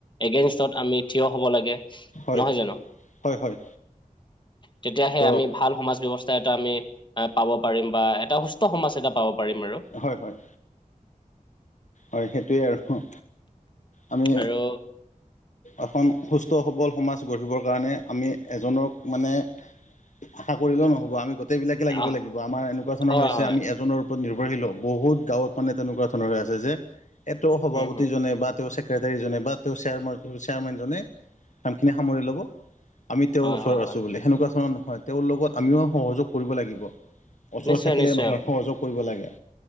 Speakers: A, on the left; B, on the left.
A: এগেইনষ্টত আমি থিয় হ'ব লাগে
B: হয়
A: নহয় জানো।
B: হয় হয়
A: তেতিয়াহে
B: চ'
A: আমি ভাল সমাজ ব্যৱ তাত, আমি পাব পাৰিম বা এটা সুস্থ সমাজ এটা পাব পাৰিম আৰু।
B: হয় হয় হয় সেইটোৱে আৰু আমি
A: আৰু
B: এখন সুস্থ সবল সমাজ গঢ়িবৰ কাৰণে আমি এজনক মানে- আশা কৰিলেও নহ'ব আমি গোটেই বিলাকে লাগিব
A: আহ
B: লাগিব, আমাৰ এনেকুৱা ধৰণৰ
A: হয়
B: হৈছে
A: হয়
B: আমি এজনৰ- নিৰ্ভৰশীল বহুত গাঁৱত মানে তেনেকুৱা ধৰণৰ হৈ আছে যে এইটো সভাপতিজনে
A: উম হম
B: বা- ছেক্ৰটীজনে বা তেওঁ চেয়াৰমেনজনে কামখিনি সামৰি ল'ব। আমি তেওঁৰ
A: হয়
B: ওচৰত
A: হয় হয়
B: আছো বুলি সেনেকুৱা ধৰণৰ নহয় তেওঁৰ লগত আমিও সহযোগ কৰিব লাগিব। ওচৰত
A: নিশ্চয়
B: থাকিলে
A: নিশ্চয়
B: নহয় সহযোগ কৰিব লাগে।